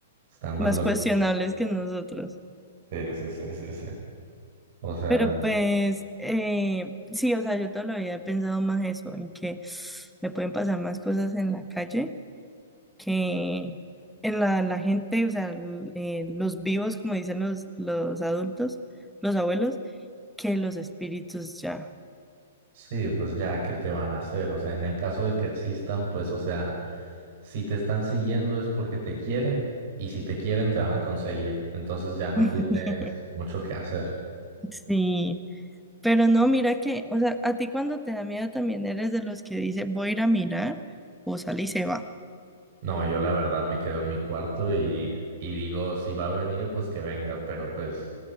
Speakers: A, on the right; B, in the centre.
A: Están
B: más
A: más locos.
B: cuestionables que nosotros.
A: Sí, sí, sí, sí, sí. O sea,
B: Pero pues, eh, sí, o sea, yo toda la vida he pensado más eso, en que me pueden pasar más cosas en la calle que en la, la gente, o sea, l- eh, los vivos, como dicen los, los adultos, los abuelos, que los espíritus ya.
A: Sí, pues ya, ¿qué te van a hacer? O sea, en el caso de que existan, pues, o sea, si te están siguiendo es porque te quieren y si te quieren te van a conseguir. Entonces ya no
B: <laughs>
A: tienes mucho que hacer.
B: Sí, pero no, mira que, o sea, a ti cuando te da miedo también eres de los que dice voy a ir a mirar o sale y se va.
A: No, yo la verdad me quedo en mi cuarto y, y digo, si va a venir, pues que venga, pero pues